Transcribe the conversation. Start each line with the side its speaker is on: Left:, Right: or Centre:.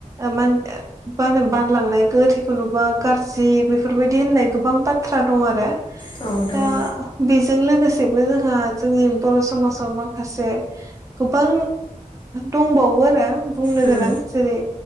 Right: ओ मान बागोन बानलांनाय गोथैखौ नुबा गाज्रि बेफोरबायदि होननाय गोबां बाथ्रा दं आरो
Left: औ दङ
Right: दा बेजों लोगोसेबो जोंहा जोंनि बर' समाजाव माखासे गोबां दंबावो आरो बुंनो
Left: उम
Right: गोनां जेरै